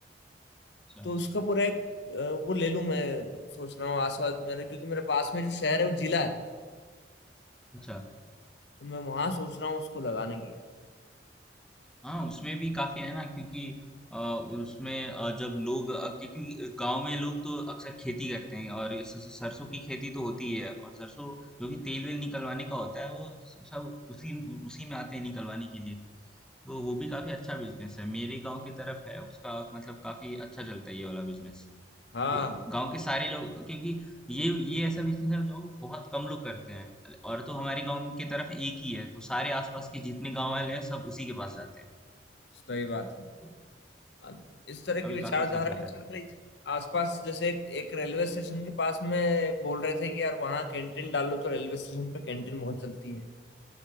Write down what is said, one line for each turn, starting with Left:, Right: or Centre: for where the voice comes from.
Centre: अच्छा
Left: तो उसका पूरा एक अ, वो ले लूं मैं सोच रहा हूँ आसपास मेरे क्योंकि मेरे पास में जो शहर है वो जिला है
Centre: अच्छा
Left: तो मैं वहां सोच रहा हूँ उसको लगाने की यार
Centre: हाँ, उसमें भी काफी है ना क्योंकि अ, उसमें अ, जब लोग अ, क्योंकि गांव में लोग तो अक्सर खेती करते हैं और ये स- सरसों की खेती तो होती है और सरसों जो भी तेल वेल निकलवाने का होता है वो स- सब उसी उसी में आते हैं निकलवाने के लिए तो वो भी काफी अच्छा बिजनेस है मेरे गांव की तरफ है उसका मतलब काफी अच्छा चलता है ये वाला बिजनेस
Left: हाँ
Centre: क्योंकि गांव के सारे लोग क्योंकि ये ये ऐसा बिजनेस है जो बहुत कम लोग करते हैं और तो हमारे गांव की तरफ एक ही है तो सारे आसपास के जितने गांव वाले हैं सब उसी के पास जाते हैं
Left: तो सही बात है
Centre: तो
Left: अब इस तरह
Centre: अभी
Left: की विचारधाराएं
Centre: काफी सही चलता
Left: चल
Centre: है
Left: रही थी आसपास जैसे एक, एक रेलवे स्टेशन के पास में बोल रहे थे कि यार वहाँ कैंटीन डाल लो तो रेलवे स्टेशन पे कैंटीन बहुत चलती है